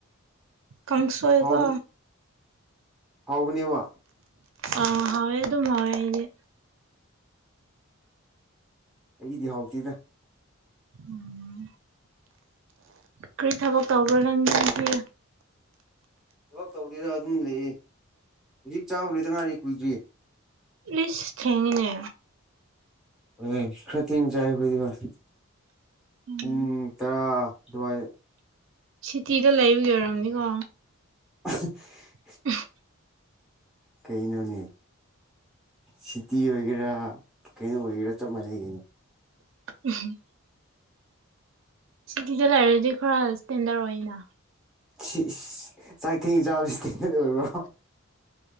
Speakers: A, on the right (about 60°); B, in the centre.
A: ꯀꯥꯡꯁꯣꯏꯀꯣ
B: ꯍꯥꯎꯕ ꯍꯥꯎꯕꯅꯦꯕ
A: ꯑ ꯍꯥꯎꯋꯦ ꯑꯗꯨꯝ ꯍꯥꯎꯋꯦ ꯑꯩꯗꯤ
B: ꯑꯩꯒꯤꯗꯤ ꯍꯥꯎꯇꯦꯗꯥ
A: ꯎꯝ ꯀꯔꯤ ꯊꯕꯛ ꯇꯧꯕ꯭ꯔꯥ ꯅꯪꯒꯤꯗꯨꯗꯤ
B: ꯊꯕꯛ ꯇꯧꯗꯦꯗ ꯑꯗꯨꯝ ꯂꯩꯌꯦ ꯍꯧꯖꯤꯛ ꯆꯥꯕ ꯂꯣꯏꯗ ꯉꯥꯏꯔꯤ ꯀꯨꯏꯗ꯭ꯔꯤ
A: ꯏꯁ ꯊꯦꯡꯉꯤꯅꯦ
B: ꯍꯣꯏ ꯈꯔ ꯊꯦꯡ ꯆꯥꯏ ꯑꯩꯈꯣꯏꯗꯤ ꯍꯣꯏ
A: ꯎꯝ
B: ꯄꯨꯡ ꯇꯔꯥ ꯑꯗꯨꯋꯥꯏ
A: ꯁꯤꯇꯤꯗ ꯂꯩꯕꯒꯤ ꯑꯣꯏꯔꯝꯅꯤꯀꯣ
B: <unintelligible>
A: <unintelligible>
B: ꯀꯩꯅꯣꯅꯦ ꯁꯤꯇꯤ ꯑꯣꯏꯒꯦꯔꯥ ꯀꯩꯅꯣ ꯑꯣꯏꯒꯦꯔꯥ ꯆꯞ ꯃꯥꯟꯅꯩ ꯀꯩꯅꯣ
A: <unintelligible> ꯁꯤꯇꯤꯗꯦ ꯂꯩꯔꯗꯤ ꯈꯔ ꯏꯁ꯭ꯇꯦꯟꯗꯔꯗ ꯑꯣꯏꯅꯥ
B: ꯁꯤꯁ ꯆꯥꯛ ꯊꯦꯡ ꯆꯥꯕꯁꯤꯗꯤ ꯗ꯭ꯔꯗ ꯑꯣꯏꯕ꯭ꯔꯣ